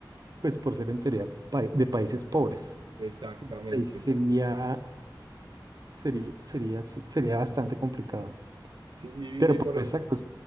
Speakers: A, on the right; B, on the right.
A: pues por ser en teoría pa- de países pobres.
B: exactamente.
A: Ahí sí sería, sería, sería, sí, sería bastante complicado.
B: Sí, y,
A: Pero
B: y por...
A: pues exacto,